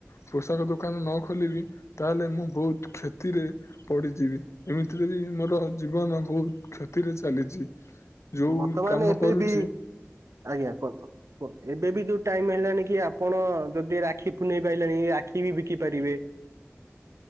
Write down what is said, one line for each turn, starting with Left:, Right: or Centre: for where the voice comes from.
Left: ପୋଷାକ ଦୋକାନ ନ ଖୋଲିବି ତାହେଲେ ମୁଁ ବହୁତ କ୍ଷତିରେ ପଡିଯିବି। ଏମିତି ଏଇ ମୋର ଜୀବନ ବହୁତ କ୍ଷତିରେ ଚାଲିଛି। ଯୋଉ
Right: ବର୍ତ୍ତମାନ
Left: କାମ
Right: ଏବେବି
Left: କରୁଛି
Right: ଆଜ୍ଞା କୁହନ୍ତୁ କୁହନ୍ତୁ ଏବେବି ଯୋଉଁ ଟାଇମ ହେଲା କି ଆପଣ ଯଦି ରାକ୍ଷୀ ପୁନେଇ ବି ଆଇଲାଣି। ରାକ୍ଷୀ ବି ବିକି ପାରିବେ।